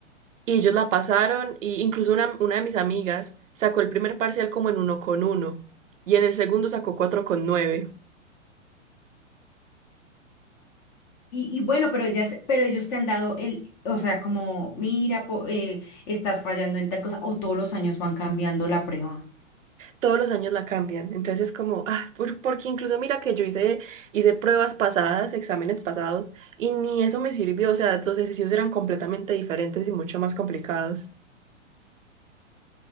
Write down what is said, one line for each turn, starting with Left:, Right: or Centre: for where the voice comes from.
Right: y ellos la pasaron, y incluso una, una de mis amigas sacó el primer parcial como en uno con uno, y en el segundo sacó cuatro con nueve.
Left: Y, y bueno, pero ellas, pero ellos te han dado el, o sea, como, mira, po- eh, estás fallando en tal cosa, o todos los años van cambiando la prueba.
Right: todos los años la cambian. Entonces es como, ah, por- porque incluso mira que yo hice, hice pruebas pasadas, exámenes pasados, y ni eso me sirvió. O sea, los ejercicios eran completamente diferentes y mucho más complicados.